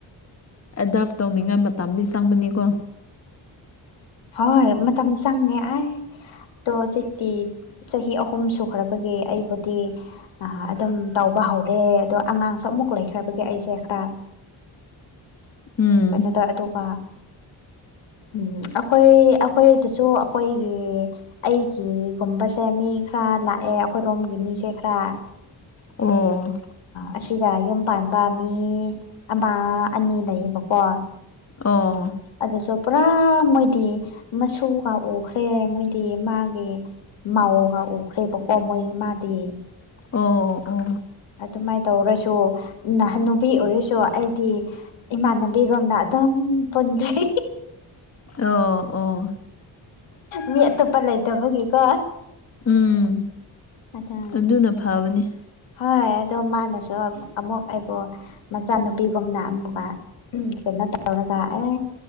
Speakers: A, on the left; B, on the left.
A: ꯑꯦꯗꯣꯞꯐ ꯇꯧꯅꯤꯡꯉꯥꯏ ꯃꯇꯝꯗꯤ ꯆꯪꯕꯅꯤꯀꯣ
B: ꯍꯣꯏ ꯃꯇꯝ ꯆꯪꯉꯦ ꯑꯥꯏ ꯑꯣ ꯆꯤ ꯆꯍꯤ ꯑꯍꯨꯝ ꯁꯨꯈ꯭ꯔꯕꯒꯤ ꯑꯩꯕꯨꯗꯤ ꯑꯗꯨꯝ ꯇꯧꯕ ꯍꯧꯔꯦ ꯑꯗꯣ ꯑꯉꯥꯡꯁꯨ ꯑꯃꯨꯛ ꯂꯩꯈ꯭ꯔꯕꯒꯤ ꯑꯩꯁꯦ ꯈꯔ
A: ꯎꯝ
B: ꯑ ꯀꯩꯅꯣ ꯇ ꯑꯗꯨꯒ ꯎꯝ ꯑꯈꯣꯏ ꯑꯈꯣꯏꯗꯁꯨ ꯑꯈꯣꯏꯒꯤ ꯑꯩꯒꯤꯒꯨꯝꯕꯁꯦ ꯃꯤ ꯈꯔ ꯂꯥꯛꯑꯦ ꯑꯩꯈꯣꯏꯔꯣꯝꯒꯤ ꯃꯤꯁꯦ ꯈꯔ
A: ꯑꯣ
B: ꯑ ꯁꯤꯗ ꯌꯨꯝ ꯄꯥꯟꯕ ꯃꯤ ꯑꯃ ꯑꯅꯤ ꯂꯩꯌꯦꯕꯀꯣ
A: ꯑꯣ
B: ꯑꯗꯨꯁꯨ ꯄꯨꯔꯥ ꯃꯣꯏꯗꯤ ꯃꯁꯨꯒ ꯎꯈ꯭ꯔꯦ ꯃꯣꯏꯗꯤ ꯃꯥꯒꯤ ꯃꯥꯎꯒ ꯎꯈ꯭ꯔꯦꯕꯀꯣ ꯃꯣꯏ ꯃꯥꯗꯤ
A: ꯑꯣ ꯑꯣ
B: ꯑꯗꯨꯃꯥꯏ ꯇꯧꯔꯁꯨ ꯅꯍꯥꯟ ꯅꯨꯨꯕꯤ ꯑꯣꯏꯔꯁꯨ ꯑꯩꯗꯤ ꯏꯃꯥꯟꯅꯕꯤꯒꯨꯝꯅ ꯑꯗꯨꯝ ꯄꯨꯟꯖꯩ
A: ꯑꯣ ꯑꯣ
B: ꯃꯤ ꯑꯇꯣꯞꯄ ꯂꯩꯇꯕꯒꯤꯀꯣ
A: ꯎꯝ
B: ꯑꯗ
A: ꯑꯗꯨꯅ ꯐꯕꯅꯤ
B: ꯍꯣꯏ ꯑꯗꯣ ꯃꯥꯅꯁꯨ ꯑꯃꯨꯛ ꯑꯩꯕꯣ ꯃꯆꯥꯅꯨꯄꯤꯒꯨꯝꯅ ꯑꯃꯨꯛꯀ ꯀꯩꯅꯣ ꯇꯧꯔꯒ ꯑꯦ